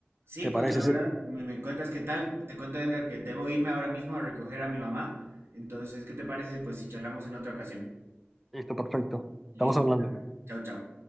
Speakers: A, on the right; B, in the centre.
A: Sí,
B: ¿te
A: pues
B: parece?
A: la verdad,
B: Sí,
A: me, me cuentas qué tal. Te cuento, Edgar, que debo irme ahora mismo a recoger a mi mamá. Entonces, ¿qué te parece? si, Pues si charlamos en otra ocasión.
B: listo, perfecto. Estamos
A: Listo,
B: hablando.
A: pues, Edgar. Chao, chao.